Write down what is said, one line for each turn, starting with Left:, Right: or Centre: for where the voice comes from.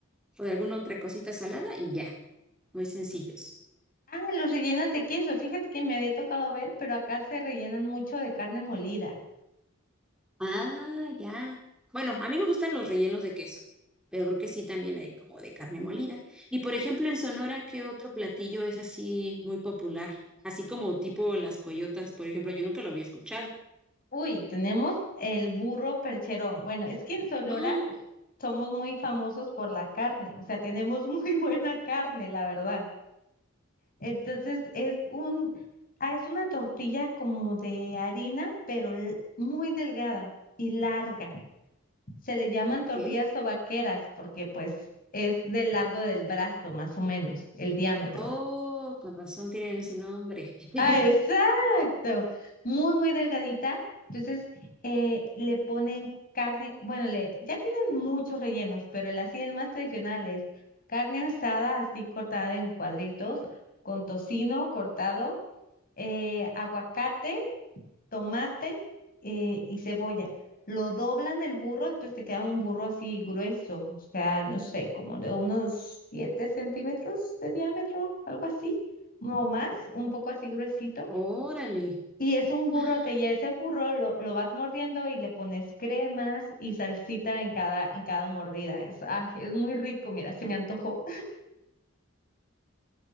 Centre: o de alguna otra cosita salada y ya, muy sencillos.
Left: Ah, los rellenas de queso. Fíjate que me había tocado ver, pero acá se rellenan mucho de carne molida.
Centre: Ah, ya. Bueno, a mí me gustan los rellenos de queso, pero creo que sí también hay como de carne molida. Y por ejemplo, en Sonora, ¿qué otro platillo es así muy popular? Así como tipo las coyotas, por ejemplo, yo nunca lo había escuchado.
Left: Uy, tenemos el burro percherón. Bueno, es que en Sonora
Centre: Oh,
Left: somos muy famosos por la carne. O sea, tenemos muy <laughs> buena carne, la verdad. Entonces es un, ah, es una tortilla como de harina, pero l- muy delgada y larga. Se le llaman
Centre: ok.
Left: tortillas o porque pues es del largo del brazo, más o menos, el diámetro.
Centre: Oh, con razón tienen ese nombre. <laughs>
Left: Ah, exacto. Muy, muy delgadita. Entonces, eh, le ponen carne, bueno, le, ya tienen muchos rellenos, pero el así, el más tradicional es carne asada, así cortada en cuadritos, con tocino cortado, eh, aguacate. tomate eh, y cebolla. Lo doblan el burro, entonces te queda un burro así grueso, o sea, no sé, como de unos 7 centímetros de diámetro, algo así, no más, un poco así gruesito.
Centre: Órale.
Left: Y es un burrote,
Centre: Ah,
Left: y a ese burro lo, lo vas mordiendo y le pones cremas y salsita en cada, en cada mordida. Es, ay, es muy rico, mira, se me antojó.